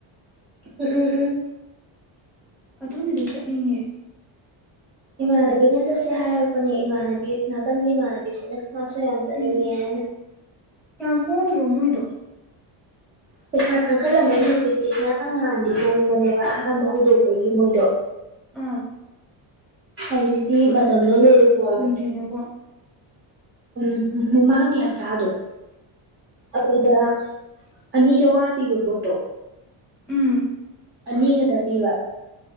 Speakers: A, on the right (about 25°); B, in the centre.
A: ꯎꯝ ꯎꯝ ꯎꯝ
B: ꯑꯗꯨꯒꯤꯗꯣ ꯆꯠꯅꯤꯡꯉꯦ
A: ꯏꯃꯥꯟꯅꯕꯤꯅ ꯆꯠꯁꯦ ꯍꯥꯏꯔꯛꯄꯅꯦ ꯏꯃꯥꯟꯅꯕꯤ ꯅꯥꯀꯟꯒꯤ ꯏꯃꯥꯟꯅꯕꯤꯁꯤꯅ ꯃꯥꯁꯨ ꯌꯥꯝ ꯆꯠꯅꯤꯡꯉꯦ
B: ꯎꯝ
A: ꯍꯥꯏꯅ
B: ꯌꯥꯝ ꯍꯣꯡꯗ꯭ꯔꯣ ꯃꯣꯏꯗꯣ
A: ꯄꯩꯁꯥ ꯊꯥꯡꯈꯠꯂꯝꯃꯅꯤ ꯍꯧꯖꯤꯛꯇꯤ ꯉꯔꯥꯡ ꯅꯍꯥꯟꯗꯤ ꯍꫭꯡꯕꯅꯦꯕ ꯑꯍꯥꯟꯕ ꯍꯧꯗꯣꯛꯄꯒꯤ ꯃꯣꯏꯗꯣ
B: ꯑꯥ
A: ꯍꯧꯖꯤꯛꯇꯤ ꯃꯇꯝꯗꫭ ꯂꫭꯏꯈꯔꯕꯅꯦ
B: ꯗꯨꯏꯅꯦꯀꯣ
A: ꯎꯝ ꯃꯃꯥꯡꯒꯤ ꯍꯞꯇꯥꯗꫭ ꯑꯗꯨꯗ ꯑꯅꯤ ꯆꯧꯉꯥ ꯄꯤꯕ ꯄꯣꯠꯇꯣ
B: ꯎꯝ
A: ꯑꯅꯤ ꯈꯛꯇ ꯄꯤꯕ